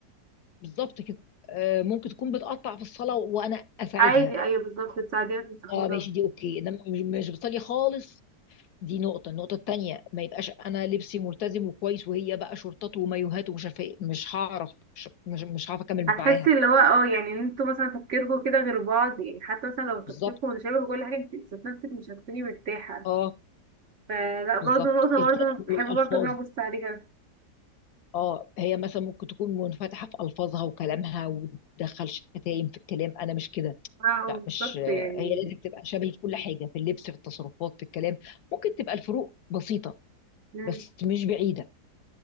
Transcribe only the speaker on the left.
بالظبط كده آه، ممكن تكون بتقطع في الصلاه وانا اساعدها
اه ماشي دي اوكي انما مش مش بتصلي خالص دي نقطة النقطة التانية ما يبقاش أنا لبسي ملتزم وكويس وهي بقى شورتات ومايوهات ومش عارفة إيه مش هعرف مش مش, مش هعرف أكمل
معاها
بالظبط
أه
بالظبط
الكلام
والألفاظ
أه هي مثلا ممكن تكون منفتحة في ألفاظها وكلامها وتدخل شتايم في الكلام أنا مش كده
لا
مش
هي لازم تبقى شبهي في كل حاجة في اللبس في التصرفات في الكلام ممكن تبقى الفروق بسيطة
بس مش بعيدة